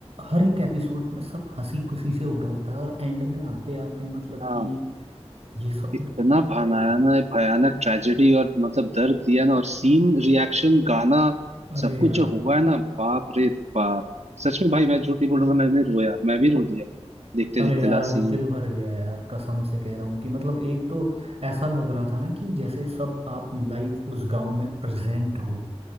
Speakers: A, on the right; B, on the right.
A: हर एक एपिसोड में सब हंसी खुशी से हो रहा होता है और एंड में आते आते मतलब
B: हाँ
A: कि ये सब
B: इतना
A: भी
B: भयानक
A: अरे यार
B: भयानक ट्रेजेडी और मतलब दर्द दिया ना और सीन रिएक्शन गाना
A: अरे
B: सब कुछ
A: यार
B: जो हुआ है ना बाप रे बाप सच में भाई मैं झूठ नहीं बोलूंगा मैंने रोया मैं भी रो दिया देखते
A: अरे
B: देखते
A: यार
B: लास्ट
A: दिल
B: सीन में
A: भर गया यार कसम से कह रहा हूँ कि मतलब एक तो ऐसा लग रहा था ना कि जैसे सब आप लाइव उस गांव में प्रेजेंट हो